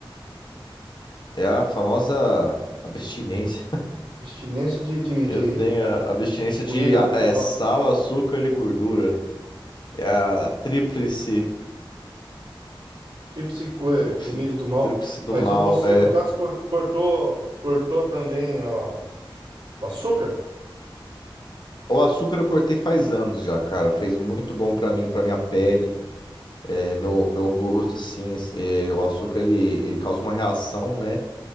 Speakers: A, on the left; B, on the right.
A: É a famosa abstinência. <laughs>
B: Abstinência de, de, de
A: Eu tenho a abstinência de
B: comida
A: a-
B: gordurosa,
A: é, sal, açúcar e gordura. É a, a tríplice,
B: tríplice co- é,
A: tríplice,
B: comida do mal.
A: tríplice do
B: Mas
A: mal.
B: ô, você,
A: É.
B: no caso, cor- cortou, cortou também ó, o açúcar?
A: O açúcar eu cortei faz anos já, cara. Fez muito bom pra mim, pra minha pele, é, meu, meu rosto, assim. assim, é, o açúcar ele, ele causa uma reação, né?